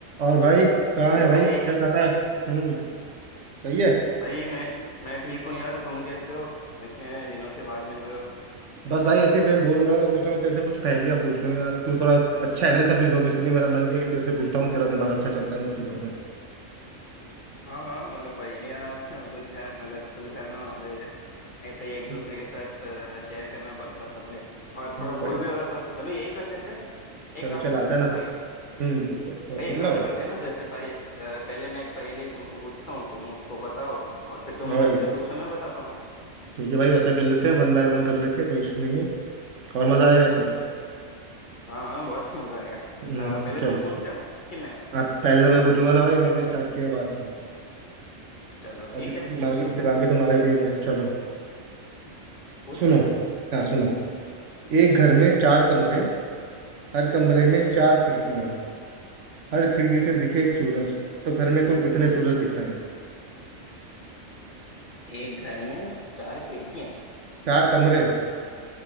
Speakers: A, on the right; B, on the left.
A: और भाई कहाँ
B: Hello
A: है भाई
B: भाई
A: क्या कर रहा है हम्म सही है
B: भाई मैं मैं ठीक हूँ यार तुम कैसे हो इतने दिनों के बाद मिल रहे हो
A: बस भाई ऐसे ही मैं बोर हो रहा था सोचा हूँ तेरे से कुछ पहेलियां पूछ लूँ यार तू थोड़ा अच्छा है ना इन सब चीजों में इसलिए मेरा मन किया कि तेरे से पूछता हूँ तेरा दिमाग अच्छा चलता है इन सब चीजों में
B: हाँ हाँ मतलब पहेलियाँ <laughs> बुझा मतलब सुलझाना और ऐसे ही एक दूसरे
A: हम्म,
B: के साथ शेयर करना बहुत पसंद है और थोड़ा
A: हम्म,
B: बोर
A: भाई
B: भी हो रहा था चलो यही कर लेते हैं एक
A: चल
B: काम
A: चल
B: करते
A: आ जाना
B: हैं ना भाई
A: हम्म बो, बो, बो-
B: भाई
A: बोलना
B: एक काम
A: भाई
B: करते हैं ना जैसे पहे, अ, पहले मैं एक पहेली तुमको पूछता हूँ तुम उसको बताओ और फिर तुम
A: हाँ भाई
B: मुझसे पूछो मैं बताता हूँ
A: ठीक है भाई ऐसा खेल लेते हैं वन बाय वन कर लेते हैं कोई इशू नहीं है और मजा आएगा इसमें
B: हम्म,
A: तो
B: हाँ हाँ बहुत <laughs> मजा आएगा अ,
A: हम्म
B: पहले
A: चलो
B: तुम पूछ रहे हो कि मैं
A: आप पहले तो मैं पूछूंगा ना भाई मैंने स्टार्ट किया है बात तो
B: चलो
A: और
B: ठीक
A: दि,
B: है
A: दिमाग
B: पूछ
A: भी
B: लो
A: दिमाग
B: फिर
A: भी तुम्हारा ही तेज है चलो
B: पूछ
A: सुनो
B: लो
A: हाँ सुनो एक घर में चार कमरे हर कमरे में चार खिड़कियां हर खिड़की से दिखे एक सूरज तो घर में कुल कितने सूरज दिख रहे हैं
B: एक घर में चार खिड़कियां
A: चार कमरे